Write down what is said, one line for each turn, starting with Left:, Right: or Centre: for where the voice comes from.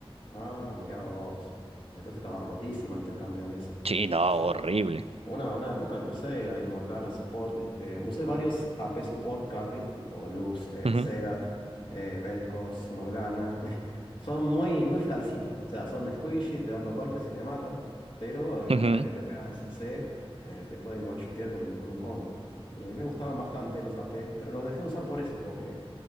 Left: ah, mirá vos. Entonces estaba rotísima ante el campeón ese.
Right: Sí, no,
Left: Yo,
Right: horrible.
Left: Una, una época que usé ahí Morgana Support, este, usé varios AP Support carries, tipo Lux, eh,
Right: Ujú,
Left: Zerat, eh, Vel'Koz, Morgana. <laughs> Son muy, muy flancitos, o sea, son squishy, te dan dos golpes y te matan, pero eh,
Right: ujú.
Left: una vez que te pegan el CC, eh, te pueden one-shotear con un, con un combo. Y a mí me gustaban bastante los AP, pero los dejé de usar por eso, porque